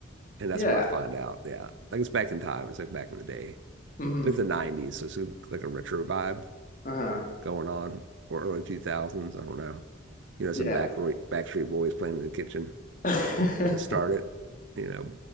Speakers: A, on the right; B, on the left.
A: and that's
B: Yeah.
A: what I find out. Yeah. Like it's back in time. It's like back in the day.
B: Mm-hmm.
A: It's like the 90s. So it's like a retro vibe
B: Uh-huh.
A: going on or early 2000s. I don't know. You know, some
B: Yeah.
A: back Backstreet Boys playing in the kitchen
B: <laughs>
A: to start it. You know,